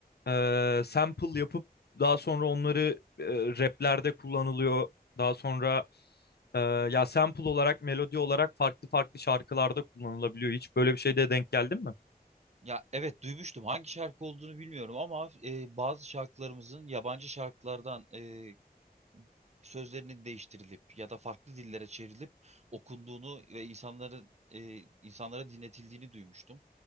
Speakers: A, on the left; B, on the right.
A: e, sample yapıp daha sonra onları e, raplerde kullanılıyor. Daha sonra e, ya sample olarak melodi olarak farklı farklı şarkılarda kullanılabiliyor. Hiç böyle bir şeyde denk geldin mi?
B: Ya evet duymuştum hangi şarkı olduğunu bilmiyorum ama e, bazı şarkılarımızın yabancı şarkılardan e, sözlerinin değiştirilip ya da farklı dillere çevrilip okunduğunu ve insanları e, insanlara dinletildiğini duymuştum.